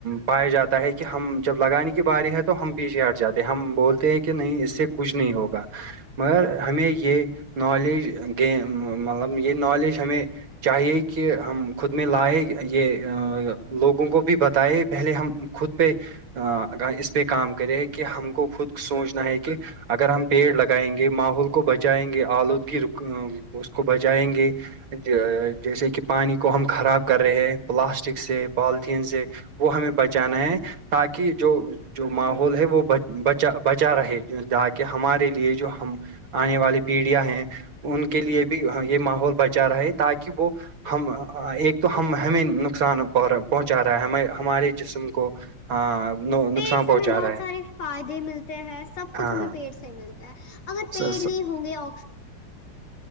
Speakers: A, on the right; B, on the left.
A: پایا جاتا ہے کہ ہم جب لگانے کی باری ہے تو ہم پیچھے ہٹ جاتے ہیں ہم بولتے ہیں کہ کہ نہیں اس سے کچھ نہیں ہوگا مگر ہمیں یہ نالیج گ مطلب یہ نالیج ہمیں چاہیے کہ ہم خود میں لائے یہ لوگوں کو بھی بتائے پہلے ہم خود پہ اس پہ کام کرے کہ ہم کو خود سوچنا ہے کہ اگر ہم پیڑ لگائیں گے ماحول کو بچائیں گے آلودگی اس کو بچائیں گے جیسے کہ پانی کو ہم خراب کر رہے ہیں پلاسٹک سے پالیتھیین سے وہ ہمیں بچانا ہے تاکہ جو جو
B: جی
A: ماحول
B: بالکل
A: ہے وہ بچا بچا رہے تاکہ ہمارے لیے جو ہم آنے والی پیڑیاں ہیں ان کے لیے بھی یہ ماحول بچا رہا تاکہ وہ ہم ایک تو ہم ہمیں نقصانہ پہنچا رہا ہے ہم ہمارے جسم کو ہاں
B: پیڑس
A: نقصان پہنچا
B: ہمیں بہت
A: رہا ہے
B: سارے فائدے ملتے ہیں سب کچھ
A: ہاں
B: ہمیں پیڑس ملتا ہے اگر
A: ہاں
B: پیڑ نہیں ہوں گے آکسیی